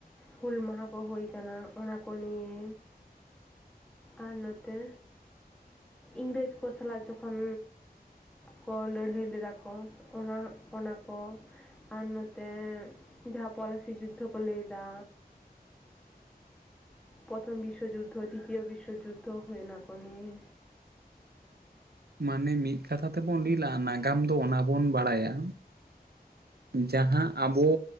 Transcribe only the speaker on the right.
ᱢᱟᱱᱮ ᱢᱤᱫ ᱠᱟᱛᱷᱟ ᱛᱮᱵᱚᱱ ᱞᱤ ᱞᱟᱜᱼᱟ ᱱᱟᱜᱟᱢ ᱫᱚ ᱚᱱᱟ ᱵᱚᱱ ᱵᱟᱲᱟᱭᱟ, ᱡᱟᱦᱟᱸ ᱟᱵᱚ